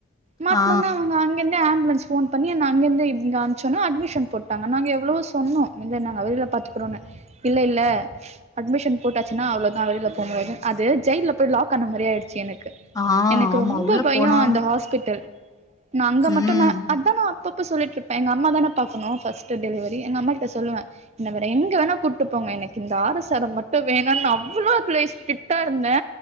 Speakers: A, on the right; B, on the left.
A: மாட்னோன
B: ஆ
A: அவுங்க அங்கேந் தே ஆம்புலன்ஸ் ஃபோன் பண்ணி என்ன அங்கந்தே இங்க அம்ச்சோன அட்மிஷன் போட்டாங்க நாங்க எவ்ளோவோ சொன்னோ இல்ல நாங்க வெளில பாத்துக்கிறோனு இல்ல இல்ல அட்மிஷன் போட்டாச்சுன்னா அவ்ளோதா வெளில போ முடியாது அது ஜெயில்ல போய் லாக் ஆன மாரி ஆயிடுச்சு எனக்கு
B: ஆ
A: எனக்கு
B: ஆமா
A: ரொம்போ
B: உள்ள
A: பயோ
B: போனா
A: அந்த ஹாஸ்பிட்டல் நா அங்க
B: ம்
A: மட்டும் நா அதா நா அப்பப்ப சொல்லிட்டு இருப்பே எங்க அம்மா தானே பாக்கணும் ஃபர்ஸ்ட் டெலிவரி எங்க அம்மாகிட்ட சொல்லுவே என்ன வேற எங்க வேனா கூப்டு போங் க எனக்கு இந்த ஆர் எஸ் ஆர் எம் மட்டும் வேனானு நா அவ்வளோ ஸ்டிரிக்டா இருந்தே